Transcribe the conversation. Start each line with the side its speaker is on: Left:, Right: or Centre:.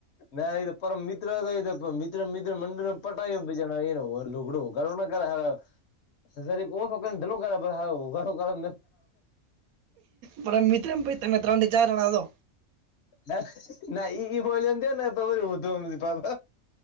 Left: નાઈ એ તો પરમ મિત્ર થઈ જતો મિ ત્ર મિત્ર મંડળને પટાયો બીજાને હો છોકરો ઉઘાડો ન કરાય હારા. ઘ કરી કો સૌને ચલો કરે પહી હાવ ઊભા તો કરો
Right: મારા મિત્ર ભઈ તમે ત્રણથી ચાર જણા છો.
Left: એ ના ઈ ઈ બોયલો ને તો ઊન્ધુ હમજી પા